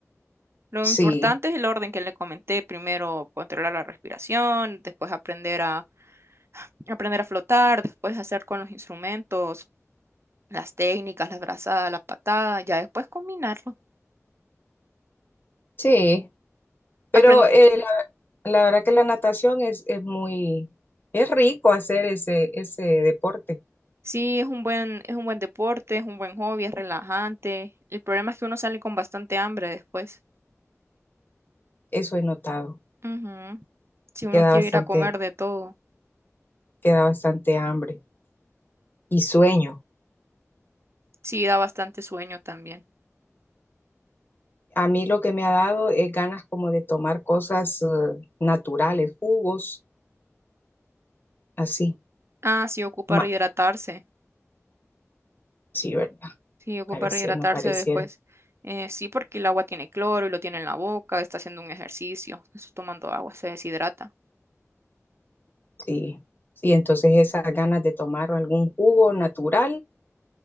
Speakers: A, on the right (about 55°); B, on the left (about 40°).
A: Lo importante
B: Sí,
A: es el orden que le comenté, primero controlar la respiración, después aprender a <laughs> aprender a flotar, después hacer con los instrumentos, las técnicas, las brazadas, la patada, ya después combinarlo.
B: sí, pero
A: Apren-
B: eh, la, la verdad que la natación es, es muy, es rico hacer ese, ese deporte,
A: sí, es un buen, es un buen deporte, es un buen hobby, es relajante. El problema es que uno sale con bastante hambre después.
B: eso he notado,
A: Ujú, Si uno
B: queda
A: quiere
B: bastante,
A: ir a comer de todo.
B: queda bastante hambre y sueño.
A: Sí, da bastante sueño también.
B: A mí lo que me ha dado es ganas como de tomar cosas eh, naturales, jugos, así.
A: Ah, sí, ocupa
B: Ma-
A: rehidratarse.
B: sí, ¿verdad?
A: Sí, ocupa
B: Pareciera,
A: rehidratarse
B: no pareciera.
A: después. Eh, sí, porque el agua tiene cloro y lo tiene en la boca, está haciendo un ejercicio, está tomando agua, se deshidrata.
B: Sí, sí, entonces esas ganas de tomar algún jugo natural,